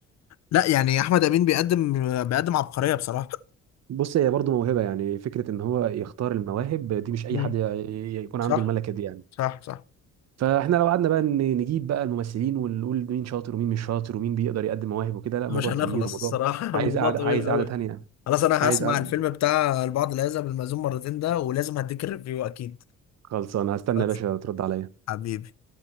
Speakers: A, on the left (about 60°); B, on the right (about 60°).
A: لا يعني احمد امين بيقدم بيقدم عبقريه بصراحه
B: <laughs> بص هي برضو موهبة يعني فكرة إن هو يختار المواهب دي مش أي
A: مم.
B: حد ي- ي- يكون
A: صح
B: عنده الملكة دي يعني
A: صح صح
B: فاحنا لو قعدنا بقى ن- نجيب بقى الممثلين ونقول مين شاطر ومين مش شاطر ومين بيقدر يقدم مواهب وكده لا
A: مش
B: موضوع
A: هنخلص
B: كبير وموضوع
A: الصراحه
B: عايز
A: <laughs> الموضوع
B: قعدة
A: طويل
B: عايز
A: قوي
B: قعدة تانية
A: خلاص انا
B: عايز
A: هسمع
B: قعدة
A: الفيلم بتاع البعض لا يذهب للمأذون مرتين ده ولازم هديك الريفيو اكيد
B: خلصانه هستنى
A: خلاص.
B: يا باشا ترد عليا
A: حبيبي